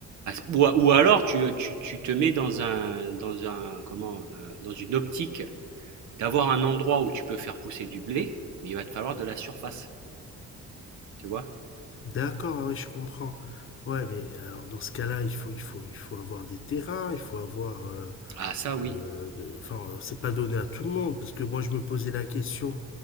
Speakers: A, on the right (about 70°); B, on the left (about 45°).
A: Ou, ou alors tu, euh, tu- tu te mets dans un dans un comment euh, dans une optique d'avoir un endroit où tu peux faire pousser du blé, mais il va te falloir de la surface, tu vois?
B: D'accord, ah oui, je comprends. Ouais, mais alors dans ce cas-là, il faut, il faut, il faut avoir des terrains, il faut avoir, euh,
A: Ah ça oui.
B: euh, de- enfin, euh, c'est pas donné à tout le monde, parce que moi, je me posais la question.